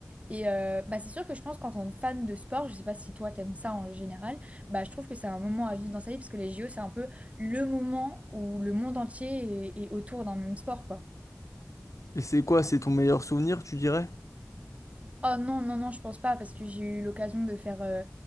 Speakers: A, on the right; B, on the left.
A: et euh, bah, c'est sûr que je pense qu'en tant que fan de sport, je sais pas si toi t'aimes ça en général, bah, je trouve que c'est un moment à vivre dans sa vie parce que les JO c'est un peu le moment où le monde entier est, est autour d'un même sport, quoi.
B: Et c'est quoi? C'est ton meilleur souvenir, tu dirais?
A: Oh non, non, non, je pense pas, parce que j'ai eu l'occasion de faire euh,